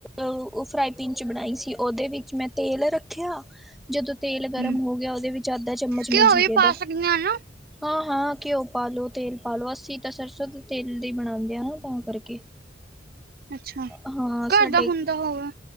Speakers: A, in the centre; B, on the right (about 55°).
A: ਓ, ਓ ਫਰਾਈ ਪੈਨ 'ਚ ਬਣਾਈ ਸੀ, ਓਦੇ ਵਿੱਚ ਮੈਂ ਤੇਲ ਰੱਖਿਆ। ਜਦੋਂ ਤੇਲ ਗਰਮ
B: ਹੂੰ
A: ਹੋ ਗਿਆ, ਓਦੇ ਵਿੱਚ ਅੱਧਾ ਚਮਚ ਮੈਂ
B: ਘਿਓ
A: ਜੀਰੇ
B: ਵੀ
A: ਦਾ
B: ਪਾ ਸਕਦੇ ਆ ਨਾ
A: ਹਾਂ-ਹਾਂ‌, ਘਿਓ ਪਾਾਲੋ, ਤੇਲ ਪਾਲੋ‌। ਅਸੀ ਤੇ ਸਰਸੋਂ ਦੇ ਤੇਲ ਦੇ ਈ ਬਣਾਦੇ ਆ ਨਾ ਤਾਂ ਕਰਕੇ।
B: ਅੱਛਾ
A: ਹਾਂ, ਸਾਡੇ
B: ਘਰ ਦਾ ਹੁੰਦਾ ਹੋਵੇ